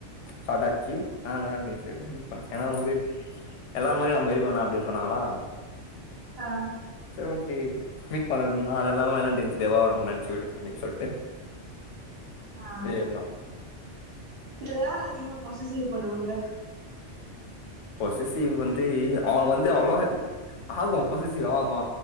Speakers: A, on the left; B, on the right.
A: ஸ்டாகிச்சு ஆ அந்த வெலன்டைஸ்டே தா மிட் பண்ண ஏனா வந்து எல்லாமரியு நம்ப இருக்க வேனா அப்டினு சொன்னாகலா <inaudible>
B: ஆ.
A: ஓகே மீட் பல்லனுனா எல்லா வேலடேன்ஸ்டே வா நம்ம நெனச்சுக்க வேண்டிதா அப்டின்னு சொல்ட்டு
B: ஆ.
A: சரி
B: இதுல யாரு அதிகமா பொசசிவ் படுவாங்க.
A: பொசசிவ் வந்து அவ வந்து அவொளவெ ஆகு பொசசிவ் ஆகுவ